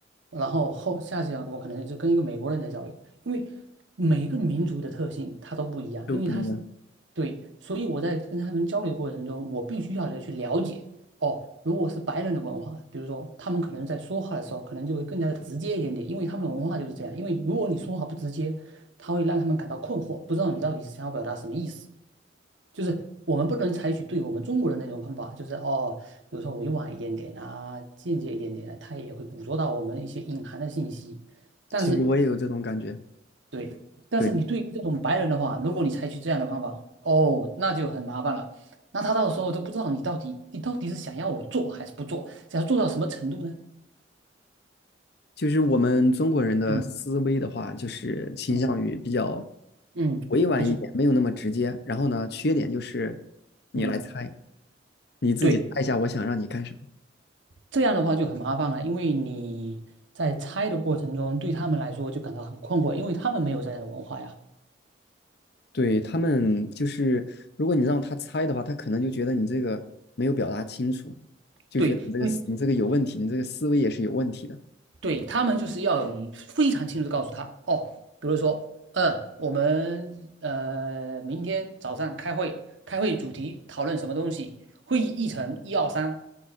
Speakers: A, on the right; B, on the left.
A: 然后后下次啊，我可能就跟一个美国人在交流，因为每一个民族的特性它都不一样，
B: 都不一样。
A: 因为它是对，所以我在跟他们交流过程中，我必须要去了解哦。如果是白人的文化，比如说他们可能在说话的时候，可能就会更加的直接一点点，因为他们的文化就是这样。因为如果你说话不直接，他会让他们感到困惑，不知道你到底是想要表达什么意思。就是我们不能采取对我们中国人那种方法，就是哦，有时候委婉一点点啊，间接一点点啊他也会捕捉到我们一些隐含的信息。但是，
B: 其实我也有这种感觉，
A: 对，但是你对于这种白人的话，
B: 对，
A: 如果你采取这样的方法，哦，那就很麻烦了。那他到时候都不知道你到底你到底是想要我做还是不做，想要做到什么程度呢？
B: 就是我们中国人的思维的话，
A: 嗯
B: 就是倾向于比较
A: 嗯嗯，
B: 委婉一点，
A: 你说，
B: 没有那么直接。然后呢，缺点就是你来猜，
A: 嗯，
B: 你自己猜一下，
A: 对，
B: 我想让你干什么。
A: 这样的话就很麻烦了，因为你在猜的过程中，对他们来说就感到很困惑，因为他们没有这样的文化呀。
B: 对，他们就是，如果你让他猜的话，他可能就觉得你这个没有表达清楚，就觉得你这个思你这个有问题，
A: 对，因为
B: 你这个思维也是有问题的。
A: 对他们就是要有非常清楚地告诉他哦，比如说，呃，我们呃明天早上开会，开会主题讨论什么东西，会议议程一二三，